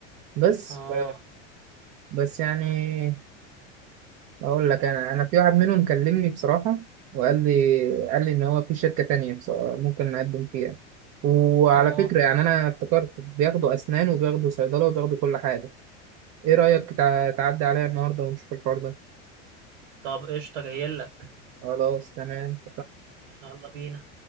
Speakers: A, on the right (about 45°); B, on the right (about 80°).
A: بس
B: اه
A: ف- بس يعني اقول لك انا انا في واحد منهم كلمني بصراحة وقال لي قال لي ان هو في شركة تانية بص- ممكن نقدم فيها وعلى
B: اه
A: فكرة يعني انا افتكرت بياخدوا اسنان وبياخدوا صيدلة وبياخدوا كل حاجة ايه رأيك تع- تعدي عليا النهاردة ونشوف الحوار ده
B: طب قشطة جايلك
A: خلاص تمام
B: يلا بينا